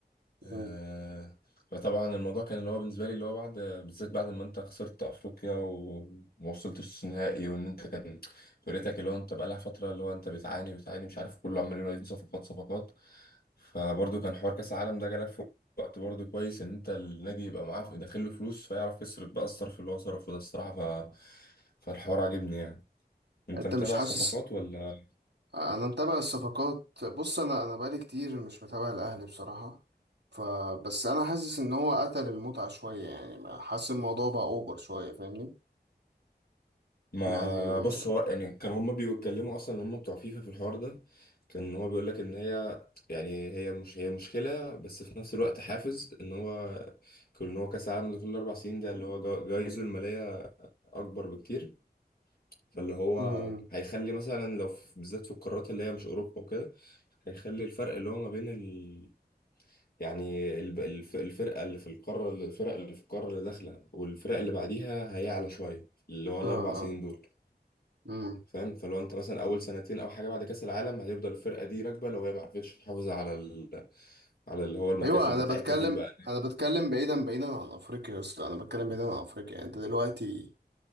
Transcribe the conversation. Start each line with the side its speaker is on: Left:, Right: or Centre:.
Left: آه،
Right: مم.
Left: فطبعا الموضوع كان اللي هو بالنسبه لي اللي هو بعد بالذات بعد ما انت خسرت افريقيا وما وصلتش نهائي وان انت كان فرقتك اللي هو انت بقى لها فتره اللي هو انت بتعاني بتعاني مش عارف كله عمال ينادي صفقات صفقات فبرضه كان حوار كاس العالم ده جالك في وقت برضه كويس ان انت النادي يبقى معاه داخل له فلوس فيعرف يصرف بقى الصرف اللي هو صرفه ده الصراحه ف... فالحوار عاجبني يعني انت
Right: انت
Left: متابع
Right: مش حاسس
Left: الصفقات ولا
Right: انا متابع الصفقات بص انا انا بقالي كتير مش متابع الاهلي بصراحه فبس انا حاسس ان هو قتل المتعه شويه يعني حاسس الموضوع بقى اوفر شويه فاهمني
Left: ما
Right: يعني
Left: بص هو يعني كان هما بيتكلموا اصلا ان هما بتوع فيفا في الحوار ده كان هو بيقول لك ان هي يعني هي مش هي مشكله بس في نفس الوقت حافز ان هو كل ان هو كاس العالم لكل اربع سنين ده اللي هو جا- جايزه الماليه اكبر بكتير فاللي هو
Right: امم
Left: هيخلي مثلا لو في- بالذات في القارات اللي هي مش اوروبا وكده هيخلي الفرق اللي هو ما بين ال يعني الب- الف- الفرقه اللي في القاره الفرق اللي في القاره اللي داخله والفرق اللي بعديها هيعلى شويه اللي هو الاربع
Right: اه
Left: سنين دول
Right: امم
Left: فاهم فلو انت مثلا اول سنتين او حاجه بعد كاس العالم هتفضل الفرقه دي راكبه لو هي ما عرفتش تحافظ على ال... على اللي هو المكاسب
Right: ايوه انا
Left: بتاعتها
Right: بتكلم
Left: دي بقى
Right: انا بتكلم بعيدا بعيدا عن افريقيا يا اسطى انا بتكلم بعيدا عن افريقيا يعني انت دلوقتي